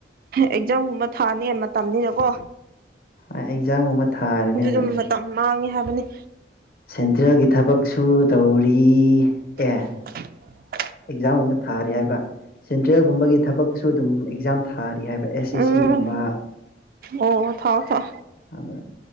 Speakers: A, on the right; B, on the left.
A: ꯑꯦꯛꯖꯥꯝꯒꯨꯝꯕ ꯊꯥꯅꯤ ꯃꯇꯝꯅꯤꯅꯀꯣ
B: ꯑꯦꯛꯖꯥꯝꯒꯨꯝꯕ ꯊꯥꯔꯅꯦ
A: ꯑꯗꯨ
B: ꯍꯧꯖꯤꯛ
A: ꯑꯗꯨꯝ ꯃꯇꯝ ꯃꯥꯡꯉꯦ ꯍꯥꯏꯕꯅꯤ
B: ꯁꯦꯟꯇ꯭ꯔꯦꯜꯒꯤ ꯊꯕꯛꯁꯨ ꯇꯧꯔꯤ ꯑꯦ
A: <inaudible>
B: ꯑꯦꯛꯖꯥꯝꯒꯨꯝꯗ ꯊꯥꯔꯤ ꯍꯥꯏꯕ ꯁꯦꯟꯇ꯭ꯔꯦꯜꯒꯨꯝꯕꯒꯤ ꯊꯕꯛꯁꯨ ꯑꯗꯨꯝ ꯑꯦꯛꯖꯥꯝ ꯊꯥꯔꯤ ꯍꯥꯏꯕ ꯑꯦꯁ ꯑꯦꯁ
A: ꯎꯝ
B: ꯁꯤꯒꯨꯝꯕ
A: ꯑꯣ ꯊꯥꯎ ꯊꯥꯎ
B: ꯑꯗ